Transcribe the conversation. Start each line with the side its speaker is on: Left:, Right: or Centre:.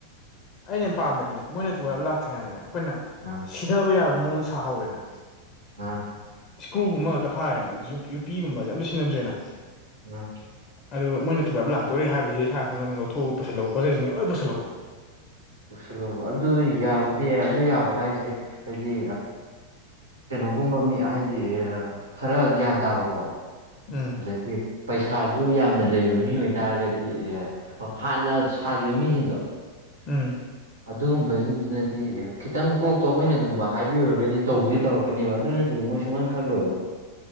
Left: ꯑꯩꯅ ꯄꯥꯝꯕꯗꯤꯅꯦ ꯃꯣꯏꯅ ꯊꯨꯒꯥꯏꯕ ꯂꯥꯛꯇ꯭ꯔꯤꯉꯩꯗꯅꯦ ꯑꯩꯈꯣꯏꯅ
Right: <unintelligible>
Left: ꯁꯤꯊꯕ ꯌꯥꯕ ꯃꯑꯣꯡꯗ ꯁꯥꯍꯧꯔꯦꯅ
Right: ꯑꯥ
Left: ꯏꯁꯀ꯭ꯔꯨꯒꯨꯝꯕ ꯉꯥꯛꯇ ꯐꯥꯔꯦꯅ ꯌꯨꯄꯤꯒꯨꯝꯕꯁꯦ ꯑꯝꯇ ꯁꯤꯟꯅꯗ꯭ꯔꯦꯅ
Right: ꯎꯝ
Left: ꯑꯗꯨꯒ ꯃꯣꯏ ꯊꯨꯥꯏꯕ ꯂꯥꯛꯇꯣꯔꯦ ꯍꯥꯏꯕꯁꯤꯗꯤ ꯏꯁꯥꯡ ꯈꯅ ꯑꯗꯨꯝ ꯂꯧꯊꯣꯛꯒ ꯄꯨꯁꯜꯍꯧꯕ ꯄꯣꯠꯖꯁꯤꯡꯁ ꯂꯣꯏ ꯄꯨꯁꯜꯍꯛꯎ
Right: ꯄꯨꯜꯂꯨꯕ ꯑꯗꯨ ꯌꯥꯕꯨꯗꯤ ꯌꯥ ꯑꯗꯨ ꯌꯥꯕ ꯍꯥꯏꯁꯦ ꯍꯥꯏꯗꯤ ꯀꯩꯅꯣꯒꯨꯝꯕ ꯃꯤ ꯍꯥꯏꯗꯤ ꯈꯔ ꯒ꯭ꯌꯥꯟ ꯇꯥꯕꯀꯣ
Left: ꯎꯝ
Right: ꯗꯤ ꯄꯩꯁꯥꯗꯨꯁꯨ ꯌꯥꯝꯅ ꯂꯩꯕ ꯃꯤ ꯑꯣꯏꯇꯥꯔꯒꯗꯤ ꯑꯦ ꯑꯣ ꯍꯥꯟꯅ ꯁꯥꯈꯤꯕ ꯃꯤꯁꯤꯡꯗꯣ
Left: ꯎꯝ
Right: ꯑꯗꯨꯒꯨꯝꯕꯁꯤꯡꯗꯨꯅꯗꯤ ꯑꯦ ꯈꯤꯇꯪ ꯀꯣꯛꯇꯣ ꯑꯩꯈꯣꯏꯅꯒꯨꯝꯕ ꯍꯥꯏꯕꯤꯔꯨꯔꯒꯗꯤ ꯇꯧꯕꯗꯤ ꯇꯧꯔꯛ ꯀꯅꯦꯕ ꯑꯗꯨ ꯅꯠꯇ꯭ꯔꯗꯤ ꯃꯣꯏ ꯁꯨꯡ ꯉꯟ ꯈꯜꯂꯣꯏꯦꯕ